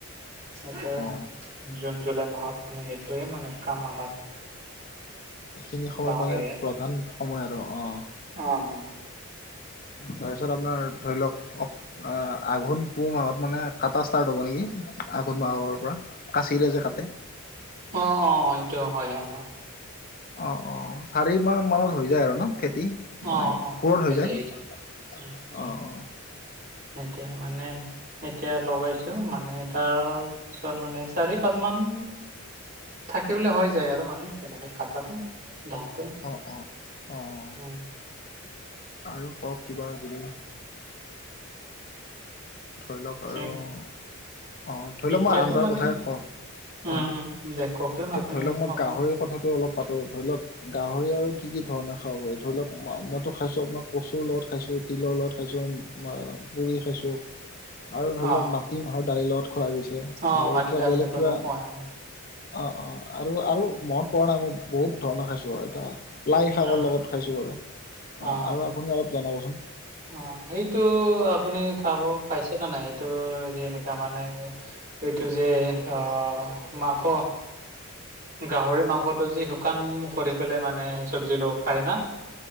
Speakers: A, on the right (about 45°); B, on the left (about 40°).
A: এয়া
B: অ
A: জুন, জুলাই মাহত মানে সেইটোয়ে মানে কাম আমাৰ।
B: সেইখিনি সময়ত
A: গাঁও
B: মানে
A: এৰিয়াত
B: প্ৰধান সময় আৰু অ'।
A: অ <unintelligible>
B: তাৰপিছত আপোনাৰ ধৰি লওঁক অ, আঘোন, পুহ মাহত মানে কাটা ষ্টাৰ্ট হব নেকি? আঘোণ মাহৰ পৰা। কাচিৰে যে কাটে।
A: অ, অ' এইটো হয় অ, অ।
B: অ, অ চাৰি মাহ মানত হৈ যায় আৰু ন খেতি? মানে
A: অ অ
B: পুৰত হৈ যায় অ,
A: এইটো উম, উম,
B: অ।
A: এতিয়া মানে এতিয়া লগাইছো মানে তাৰ পিছত মানে চাৰি, পাঁচ মান থাকিবলৈ হৈ যায় আৰু মানে তেনেকে কটাটো ধানটো।
B: অঁ, অঁ, অঁ, অঁ
A: উম,
B: আৰু কওক কিবা যদি ধৰি লওক আৰু
A: ঠিক
B: অ, ধৰি
A: এতিয়াতো
B: লওক মই আঞ্জাৰ
A: মানে
B: কথাই কওঁ। অ,
A: উম
B: এতিয়া
A: উম দে কওকচোন আপুনি
B: ধৰি লওক মই
A: অকমান
B: গাহৰিৰ কথাটো অলপ পাতো ধৰি লওক। গাহৰি আৰু কি-কি ধৰণৰ খাব পাৰি ধৰি লওক, মইতো খাইছো আপোনাৰ কচুৰ লগত খাইছো, তিলৰ লগত খাইছো। পুৰি খাইছোঁ। আৰু ধৰি
A: অ',
B: লওক মাটি মাহৰ দালিৰ লগত খোৱা গৈছে
A: অ',
B: আৰু
A: মাটি
B: কিবা
A: দাইল
B: বেলেগ
A: লগত
B: কিবা
A: খুৱাই অ',
B: অ', অ', আৰু আৰু
A: উম।
B: মনত পৰা নাই মই বহুত ধৰণৰ খাইছো আৰু এটা। লাই শাকৰ
A: অ',
B: লগত খাইছোঁ বাৰু অ,
A: অ',
B: আৰু আপুনি অলপ জনাবচোন?
A: অ, এইটো আপুনি খাব পাইছে ন নাই এই এইটো যেনেকা মানে এইটো যে অ, মাংস গাহৰি মাংসটো যি শুকান কৰি পেলাই মানে চব্জিৰ লগত খায় না?